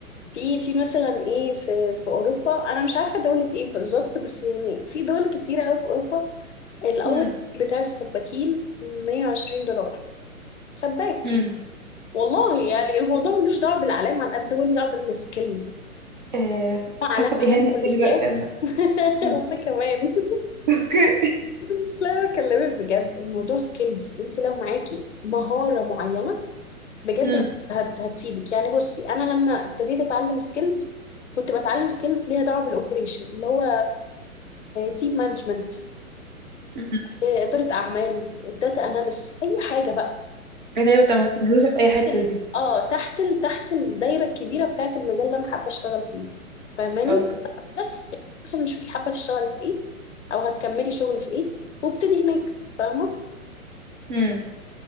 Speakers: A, on the left (about 55°); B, on the right (about 35°).
A: في في مثلا ايه في في اوروبا انا مش عارفة دولة ايه بالظبط بس يعني في دول كتيرة قوي في اوروبا الاول
B: امم
A: بتاع السباكين 120 دولار سباك
B: امم
A: والله يعني الموضوع ملوش دعوة بالعلام على قد هو ليه دعوة بالسكيل
B: آه،
A: علام
B: حاسه باهانه
A: علام كليات
B: قوي دلوقتي عامه
A: <laughs>
B: <laughs> امم
A: وانا كمان
B: اوكي
A: بس لا أنا بكلمك بجد الموضوع سكيلز انت لو معاكي مهارة معينة بجد
B: امم
A: هت هت- هتفيدك يعني بصي انا لما ابتديت اتعلم سكيلز كنت بتعلم سكيلز ليها دعوة بالاوبريشن اللي هو تيم مانجمنت
B: أمم.
A: إدارة اعمال داتا اناليسس اي حاجة بقى
B: هي تقريبا بتبقى مهروسه في اي حته
A: ال...
B: دي
A: اه تحت ال... تحت الدايره الكبيره بتاعه المجال اللي انا حابه اشتغل فيه فاهماني
B: اوكي
A: بس مثلا شوفي حابه تشتغلي في ايه او هتكملي شغل في ايه وابتدي هناك فاهمه
B: امم